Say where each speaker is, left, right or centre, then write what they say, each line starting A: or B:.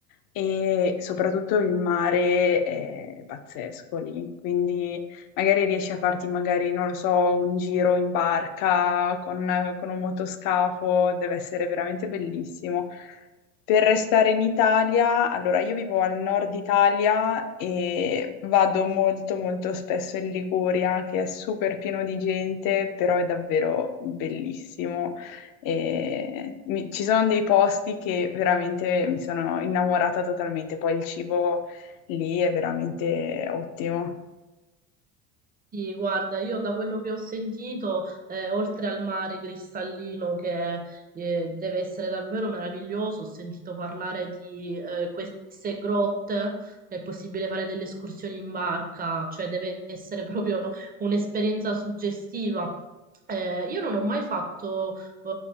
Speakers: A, on the left; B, on the right.
A: e soprattutto il mare è pazzesco lì, quindi magari riesci a farti magari, non lo so, un giro in barca con, con un motoscafo, deve essere veramente bellissimo. Per restare in Italia, allora io vivo al nord Italia e vado molto molto spesso in Liguria, che è super pieno di gente, però è davvero bellissimo. E mi- ci sono dei posti che veramente mi sono innamorata totalmente, poi il cibo lì è veramente ottimo.
B: Sì, guarda, io da quello che ho sentito, eh, oltre al mare cristallino che eh, deve essere davvero meraviglioso, ho sentito parlare di eh, queste grotte, è possibile fare delle escursioni in barca, cioè deve essere proprio un'esperienza suggestiva. Eh, io non ho mai fatto eh,